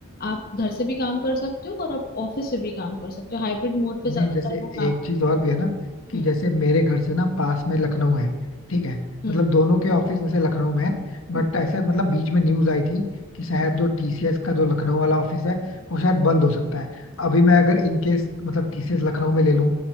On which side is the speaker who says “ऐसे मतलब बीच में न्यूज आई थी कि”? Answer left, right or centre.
Left